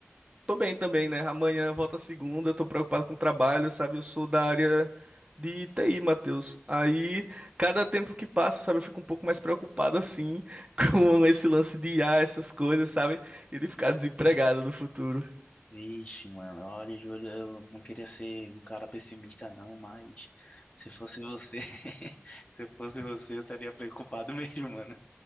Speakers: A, on the right; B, on the left.
A: Tô bem também, né? Amanhã volta a segunda, tô preocupado com o trabalho, sabe? Eu sou da área de TI, Matheus. Aí, cada tempo que passa, sabe, eu fico um pouco mais preocupado assim <laughs> com esse lance de I a essas coisas, sabe? E de ficar desempregado no futuro.
B: Vixe, mano, olha, Júlio, eu não queria ser um cara pessimista, não, mas se fosse você, <laughs> se fosse você, eu estaria preocupado <laughs> mesmo, mano.